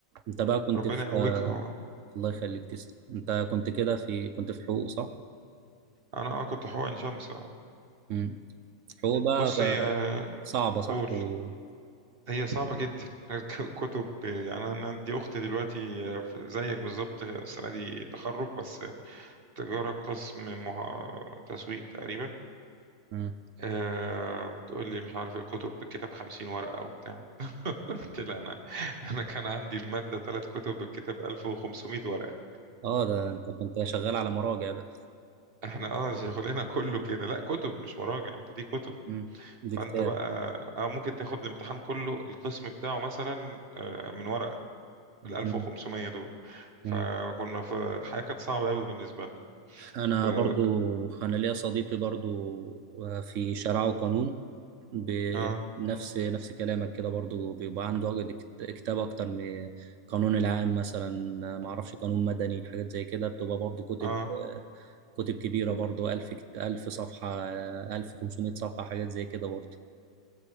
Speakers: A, on the right; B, on the right.
A: انت بقى كنت
B: ربنا
A: في
B: يقويك هو
A: الله يخليك تسلم انت كنت كده في كنت في حقوق صح؟
B: انا اه كنت حقن عين شمس اه
A: مم. حقوق بقى
B: بص هي
A: صعبة صح؟
B: قول
A: و...
B: هي صعبة جدا <laughs> كتب يعني انا دي اختي دلوقتي في- زيك بالظبط السنة دي تخرج بس تجارة قسم مه... تسويق تقريبا
A: مم.
B: آه تقول لي مش عارف الكتب بالكتاب خمسين ورقة وبتاع <laughs> قلت لا أنا أنا كان عندي المادة ثلاث كتب بالكتاب 1500 ورقة
A: اه ده انت كنت شغال على مراجع بقى
B: احنا اه شغلنا كله كده لا كتب مش مراجع ده دي كتب
A: مم. دي
B: فأنت
A: كتاب
B: بقى أو ممكن تاخد الامتحان كله القسم بتاعه مثلا آه، من ورقة بال 1500
A: مم.
B: دول فكنا
A: مم.
B: في الحياة كانت صعبة قوي بالنسبة لنا
A: انا
B: بقى-
A: برضو انا ليا صديقي برضو آه، في شرع وقانون بنفس
B: اه
A: نفس كلامك كده برضو بيبقى عنده عقد كت- كتاب اكتر من قانون العام مثلا ما اعرفش قانون مدني حاجات زي كده بتبقى برضو كتب
B: اه
A: كتب كبيرة برضو 1000 كت- 1000 صفحة 1500 صفحة حاجات زي كده برضو